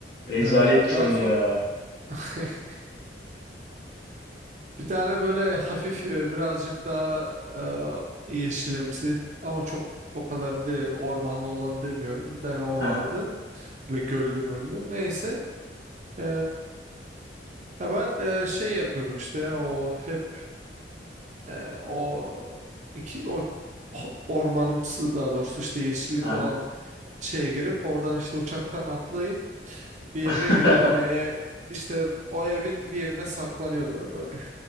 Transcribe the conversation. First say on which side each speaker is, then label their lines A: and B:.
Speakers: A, on the left; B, on the right.
A: Rezalet
B: Ee,
A: çöl
B: daha sonra
A: ya.
B: <laughs> Bir tane böyle hafif e, birazcık daha e, yeşilimsi ama çok o kadar değil yani ormanlı olan demiyorum. Bir tane o
A: Aha,
B: vardı. Böyle göllü möllü. Neyse. E, ya ben e, şey yapıyordum işte ya, o hep e, o iki o o- ormanımsı daha doğrusu işte yeşillik
A: aha.
B: olan şeye girip oradan işte uçaktan atlayıp bir eve
A: <laughs>
B: girip hani e, işte o evin bir yerine saklanıyordum hep hani.